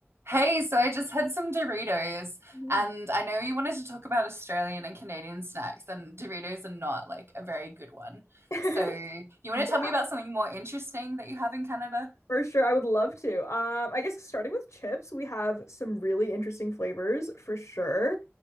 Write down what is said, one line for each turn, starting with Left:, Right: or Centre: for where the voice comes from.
Right: Hey, so I just had some Doritos,
Left: Mhm.
Right: and I know you wanted to talk about Australian and Canadian snacks, and Doritos are not like a very good one.
Left: <laughs>
Right: So, you want
Left: Yeah,
Right: to tell me about something more interesting that you have in Canada?
Left: for sure. I would love to. Um, I guess starting with chips, we have some really interesting flavors for sure.